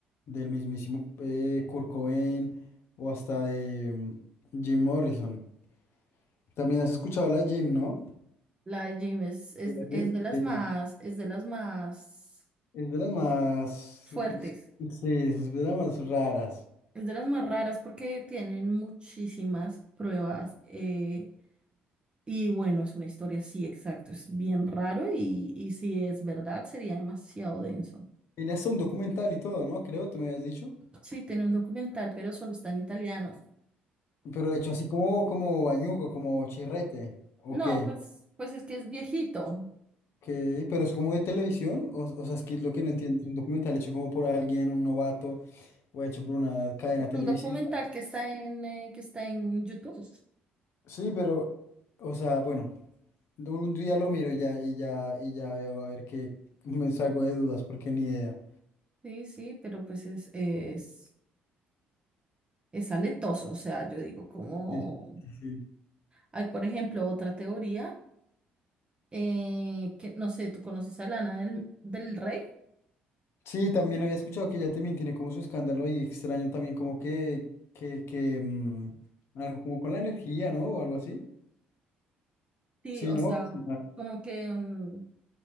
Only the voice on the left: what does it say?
del mismísimo eh, Kurt Cobain o hasta de mm, Jim Morrison. También has escuchado la de Jim, ¿no?
Sí, la Jim.
Sí,
Es de las más.
ex- Sí, es de las más raras.
Tiene hasta un documental y todo, ¿no? Creo, tú me habías dicho.
Pero hecho así como, como bañuco, como chirrete. ¿O
qué?
¿Qué? Pero es como de televisión. O, o sea, es que lo que no entiendo es un documental hecho como por alguien, un novato, o hecho por una cadena
televisiva.
Sí, pero, o sea, bueno, un día lo miro y ya, y ya, y ya veo a ver qué me salgo de dudas porque ni idea.
Sí, sí, sí.
Sí, también había escuchado que ella también tiene como su escándalo y extraño también como que, que, que, mm, algo como con la energía, ¿no? O algo así.
Sí,
¿no?
Ah,